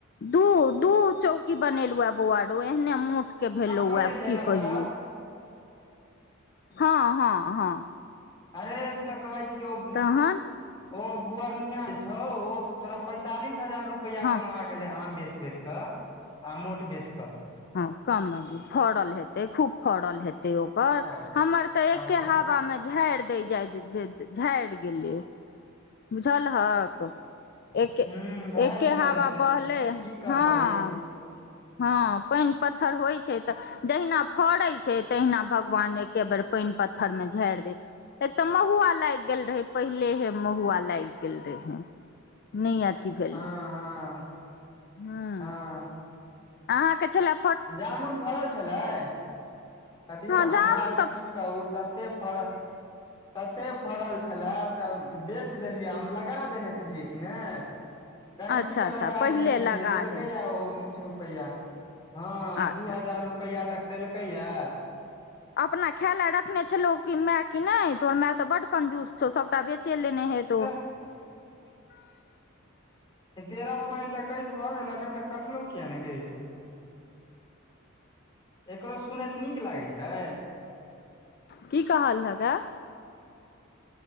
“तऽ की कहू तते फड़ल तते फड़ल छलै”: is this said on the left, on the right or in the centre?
Left